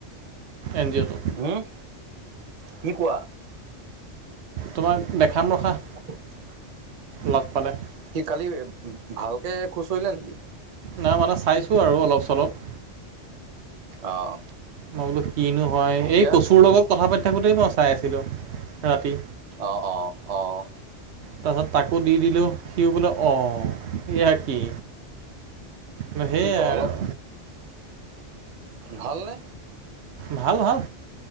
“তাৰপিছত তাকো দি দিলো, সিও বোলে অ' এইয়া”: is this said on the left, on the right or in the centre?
Right